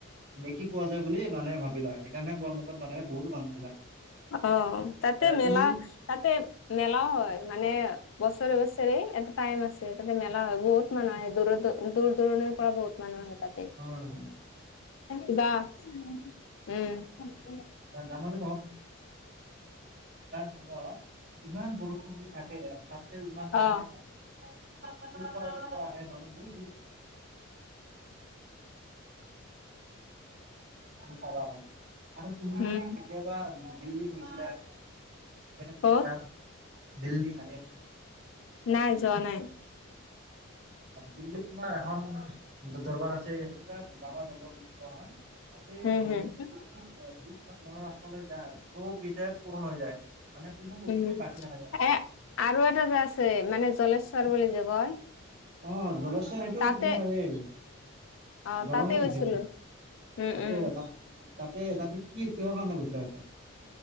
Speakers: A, on the right; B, on the left.
A: কি পোৱা যায় বুলি মানুহে ভাবি লয়, সেইকাৰণে পোৱামক্কাত মানে বহুতো মানুহ যায়।
B: অ', তাতে মেলা-তাতে
A: তুমি তুমি
B: মেলাও হয় মানে বছৰে বছৰে এটা টাইম আছে, তাতে মেলা হয়, বহুত মানুহ আহে দূৰৰ দূৰৰ দূৰ দূৰণিৰ পৰা বহুত মানুহ আহে তাতে
A: উম।
B: <unintelligible> উম।
A: জানুৱাৰী মাহত হ ইমান বৰষুণ দি থাকে আৰু তাতে ইমান মানুহো
B: অ
A: ন <unintelligible> <unintelligible> <unintelligible> তুমি চাবা ভালকে আৰু তুমি
B: উম
A: কেতিয়াবা দিল্লী গৈছিলা। হিয়ান
B: কত
A: প দিল্লী হৰিয়ানা
B: নাই যোৱা নাই
A: দিল্লি তোমাৰ এখন দৰবাৰ আছে কিবা বাবা দৰবাৰ বুলি কোৱা হয় তাতে
B: উম
A: মানুহে
B: হম
A: য যি মন ৰখৈ যায় চবকতিয়া পূৰণ হৈ যায় মানে কোনো বস্তুৱে
B: উম
A: বাকী নাথাকে
B: এ আৰু এটা যে আছে মানে জলেশ্বৰ বুলি যে কয়
A: অ' জলশ্বৰ এইটো
B: তাতে
A: তোমাৰ আহেই।
B: অ
A: গৰমত
B: তাতে গৈছিলো
A: আছেটো
B: উম
A: তাতে
B: উম
A: ত তাতে তাতে কি কিহৰ কাৰণে গৈছিলা আৰু।